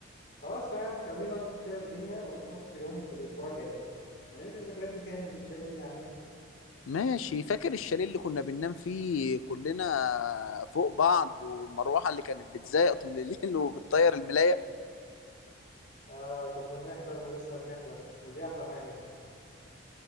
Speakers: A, on the left; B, on the left.
A: خلاص تمام خلينا نظبط كده الدنيا ونحط يوم في الأسبوع الجاي ونعيد الذكريات دي تاني بالشاي والنعناع
B: ماشي فاكر الشاليه اللي كنا بننام فيه كلنا فوق بعض والمروحة اللي كانت بتزايق طول الليل <laughs> وبتطير الملاية
A: آه كنا بنحلم ولسه بنحلم ودي أحلى حاجة